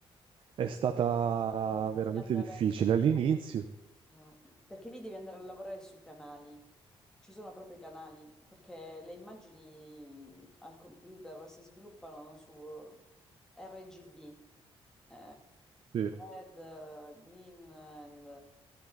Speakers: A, on the right; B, in the centre.
A: è
B: eh,
A: stata
B: sì. Bisogna
A: veramente
B: andare
A: difficile all'inizio.
B: Ah, perché lì devi andare a lavorare sui canali, ci sono proprio i canali, perché le immagini al computer si sviluppano su RGB, eh,
A: Sì.
B: red, green and